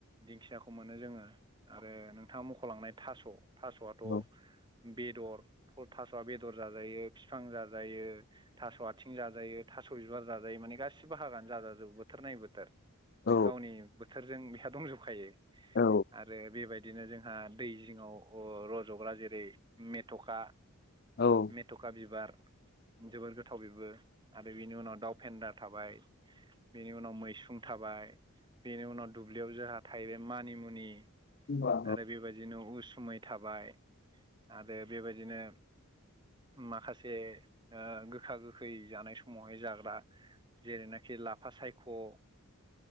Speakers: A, on the right; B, on the left.
A: दिंखियाखौ मोनो जोङो आरो नोंथां नि मख'लांनाय थास' थास'वाथ'
B: औ
A: बेदर थास'आ बेदर जाजायो बिफां जाजायो थास' आथिं जाजायो थास' बिबार जाजायो माने गासि सैबो बाहागोआानो जाजा जोबो बोथोर नायै बो गावनि
B: औ
A: बोथोरजों बिहा दंजोबखायो
B: औ
A: आरो बेबायदिनो जोंहा दै बेजिंआव ओ रज'ग्रा जेरै मेथ'खा
B: औ
A: मेथ'खा बिबार जोबोर गोथाव बिबो आरो बिनि उनाव दाउ फेन्दा थाबाय बेनि उनाव मैसुं थाबाय बेनि उनाव दुब्लियाव जोंहा थाहैबाय मा मानिमुनि
B: नंगौ
A: आरो बेबायदिनो उस‌ मै थाबाय आरो बेबायदिनो माखासे ओ गोखा गोखा खै जानाय समावहाय जाग्रा जेरैनाखि लाफा सायख' ओ